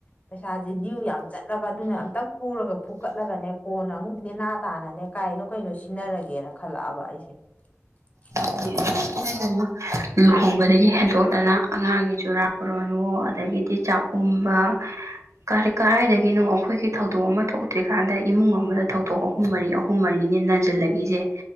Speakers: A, on the left (about 25°); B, on the right (about 85°).
A: ꯄꯩꯁꯥꯁꯦ ꯗ꯭ꯌꯨ ꯌꯥꯝ ꯆꯠꯂꯕ ꯑꯗꯨꯅ ꯑꯝꯇꯪ ꯄꯨꯔꯒ ꯐꯨꯀꯠꯂꯒꯅꯦ ꯀꯣꯟꯅ ꯑꯃꯨꯛ ꯅꯦꯅꯥ ꯇꯥꯅꯅꯦ ꯀꯥꯏꯅꯣ ꯀꯩꯅꯣ ꯁꯤꯟꯅꯔꯒꯦꯅ ꯈꯜꯂꯛꯑꯕ ꯑꯩꯁꯦ <unintelligible>
B: <inaudible> ꯏꯃꯥꯏꯄꯦꯃꯥ ꯂꯨꯍꯣꯡꯕꯗꯒꯤ ꯍꯦꯟꯇꯣꯛꯇꯅ ꯑꯉꯥꯡꯒꯤ ꯆꯨꯔꯥ ꯀ꯭ꯔꯣꯟꯋꯣ ꯑꯗꯒꯤꯗꯤ ꯆꯥꯛꯎꯝꯕ ꯀꯔꯤ ꯀꯔꯥꯏꯗꯒꯤꯅꯣ ꯑꯈꯣꯏꯒꯤ ꯊꯧꯗꯣꯛ ꯑꯃ ꯊꯣꯛꯇ꯭ꯔꯤꯀꯥꯟꯗ ꯏꯃꯨꯡ ꯑꯃꯗ ꯊꯧꯗꯣꯛ ꯑꯍꯨ ꯍꯨꯝ ꯃꯔꯤ ꯑꯍꯨꯝ ꯃꯔꯤꯅꯦ ꯅꯟꯖꯜꯂꯛꯏꯁꯦ